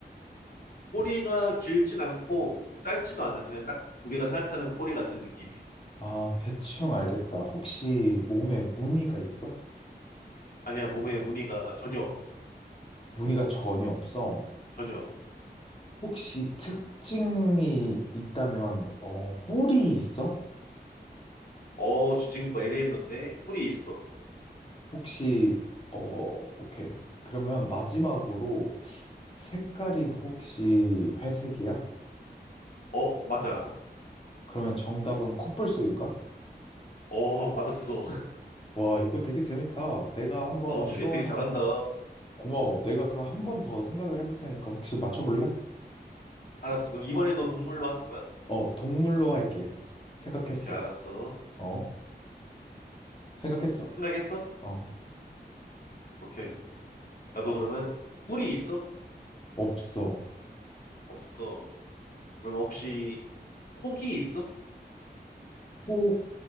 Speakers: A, on the left (about 60°); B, on the left (about 30°).
A: 꼬리가 길진 않고 짧지도 않아. 그냥 딱 우리가 생각하는 꼬리 같은 느낌이야.
B: 아, 대충 알겠다. 혹시 몸에 무늬가 있어?
A: 아니야, 몸에 무늬가 전혀 없어.
B: 무늬가 전혀 없어.
A: 전혀 없어.
B: 혹시 특징이 있다면, 어, 뿔이 있어?
A: 어, 주- 지금 거 LA 했는데 뿔이 있어.
B: 혹시, 어, 오케이. 그러면 마지막으로 색깔이 혹시 회색이야?
A: 어, 맞아.
B: 그러면 정답은 코뿔소인가?
A: 어, 맞았어.
B: 와, 이거 되게 재밌다. 내가 한번
A: 어, 추리
B: 또
A: 되게
B: 하나
A: 잘한다.
B: 고마워. 내가 그럼 한 번 더 생각을 해볼 테니까 혹시 맞춰볼래?
A: 알았어. 그럼 이번에도 동물로 하는 거야?
B: 어, 동물로 할게. 생각했어.
A: 오케이, 알았어.
B: 어? 생각했어.
A: 생각했어?
B: 어,
A: 오케이. 나도 그러면 뿔이 있어?
B: 없어.
A: 없어. 그러면 혹시 폭이 있어?
B: 혹,